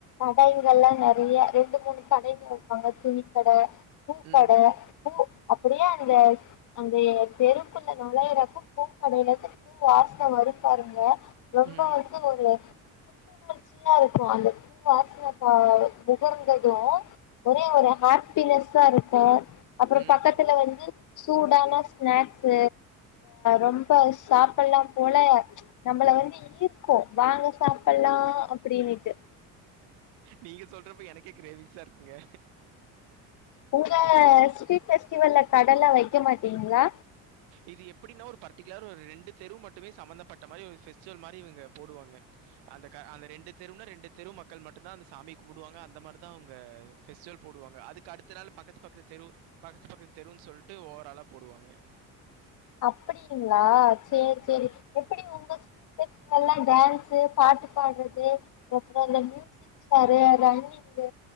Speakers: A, on the left; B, on the right.
A: கடைங்கல்லா நெறைய ரெண்டு மூணு கடைங்க வப்பாங்க துணி கட பூக்கட
B: ம்
A: பூ அப்டியே அந்த அந்த தெருக்குள்ள நொழைர அப்போ பூக்கடைல இருந்து பூ வாசன வரு பாருங்க ரொம்ப
B: ம்
A: வந்து ஒரு புத்துணர்ச்சியா இருக்கு அந்த பூ வாசன ஆ நுகர்ந்ததும் ஒரே ஒரு ஹாப்பினஸ் இருக்கோ அப்புறம்
B: ம்
A: பக்கத்துல வந்து சூடான சினேக்ஸ் ரொம்ப சாப்பிடலா போல நம்மள வந்து ஈயிர்க்கும் வாங்க சாப்பிடலா அப்டின்னுட்டு
B: நீங்க சொல்றப்ப எனக்கே கிரேவிங்ஸா இருக்குங்க
A: உங்க ஸ்ட்ரீட் பெஸ்டிவல்ல கடல்லா வைக்க மாட்டீங்களா
B: இது எப்டின்னா ஒரு பர்டிகுலர்ரா ஒரு ரெண்டு தெரு மட்டுமே சமந்தப்பட்ட மாதிரி ஒரு பெஸ்டிவல் மாதிரி இங்க போடுவாங்க அந்த க அந்த ரெண்டு தெருவுன்னா ரெண்டு தெரு மக்கள் மட்டும்தா அந்த சாமி கும்பிடுவாங்க அந்த மாதிரிதா அவங்க ஃபெஸ்டிவல் போடுவாங்க அதுக்கடுத்த நாள் பக்கத்து பக்கத்து தெரு பக்கத்து பக்கத்து தெருன்னு சொல்லிட்டு ஓவ்வோரூ ஆலா போடுவாங்க
A: அப்படிங்களா சரி சரி எப்படி உங்க கிட்ஸ் எல்லா டான்ஸு பாட்டு பாடுறது அப்புறம் இந்த மியூசிக் சர் அதா மாதிரி இந்த